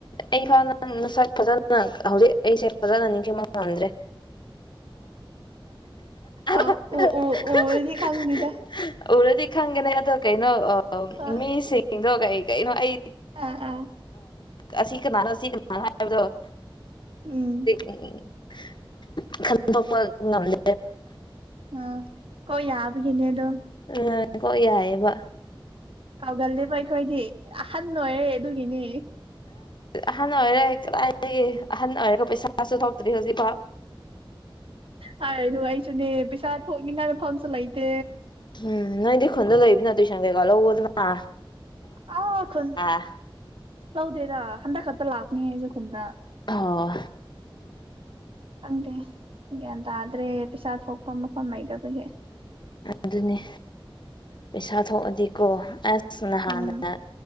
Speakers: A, on the left; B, on the right.
A: ꯑꯩ ꯐꯥꯅꯁꯛ ꯐꯖꯅ ꯍꯧꯖꯤꯛ ꯑꯩꯁꯦ ꯐꯖꯅ ꯅꯤꯡꯁꯤꯡꯕ ꯉꯝꯗ꯭ꯔꯦ
B: ꯑꯥꯎ
A: <unintelligible>
B: ꯎ ꯎ ꯎꯔꯗꯤ ꯈꯪꯅꯤꯗ
A: ꯎꯔꯗꯤ ꯈꯪꯒꯅꯤ ꯑꯗꯣ ꯀꯩꯅꯣ
B: ꯍꯣꯏ
A: ꯃꯤꯁꯤꯡꯗꯣ ꯀꯩ ꯀꯩꯅꯣ ꯑꯩ
B: ꯑꯥ ꯑꯥ
A: ꯑꯁꯤ ꯀꯅꯥꯅꯣ ꯑꯁꯤ ꯀꯅꯥꯅꯣ ꯍꯥꯏꯕꯗꯣ
B: ꯎꯝ
A: <unintelligible> ꯈꯟꯊꯣꯛꯄ ꯉꯝꯗꯦ
B: ꯑ ꯀꯣꯏ ꯌꯥꯕꯒꯤꯅꯦꯗꯣ
A: ꯎꯝ ꯌꯥꯑꯦꯕ
B: ꯀꯥꯎꯒꯜꯗꯤꯕ ꯑꯩꯈꯣꯏꯗꯤ ꯑꯍꯟ ꯑꯣꯏꯔꯦ ꯑꯗꯨꯒꯤꯅꯦ
A: ꯑꯍꯥꯟꯕ ꯑꯣꯏꯔꯦ ꯀꯗꯥꯏꯗꯒꯤ ꯑꯍꯟ ꯑꯣꯏꯔꯒ ꯄꯩꯁꯥꯁꯨ ꯊꯣꯛꯇ꯭ꯔꯤ ꯍꯧꯖꯤꯛꯐꯥꯎ
B: ꯍꯥꯏ ꯑꯗꯨ ꯑꯩꯁꯨꯅꯦ ꯄꯩꯁꯥ ꯊꯣꯛꯅꯤꯡꯉꯥꯏ ꯃꯐꯝꯁꯨ ꯂꯩꯇꯦ
A: ꯎꯝ ꯅꯣꯏꯗꯤ ꯈꯣꯟꯗ ꯂꯩꯕꯅꯤꯅ ꯇꯨꯏꯁꯟ ꯀꯩꯀꯥ ꯂꯧꯋꯣꯗꯅ
B: ꯑꯥ ꯈꯨꯟ
A: <unintelligible>
B: ꯂꯧꯗꯦꯗ ꯍꯟꯗꯛ ꯈꯛꯇ ꯂꯥꯛꯅꯤ ꯑꯩꯁꯨ ꯈꯨꯨꯟꯗ
A: ꯑꯣ
B: ꯈꯪꯗꯦ ꯒ꯭ꯌꯥꯟ ꯇꯥꯗ꯭ꯔꯦ ꯄꯩꯁꯥ ꯊꯣꯛꯄ ꯃꯐꯝ ꯂꯩꯇꯕꯒꯤ
A: ꯑꯗꯨꯅꯤ ꯄꯩꯁꯥ ꯊꯣꯛꯑꯗꯤꯀꯣ ꯑꯁ ꯅꯍꯥꯟꯅ
B: ꯎꯝ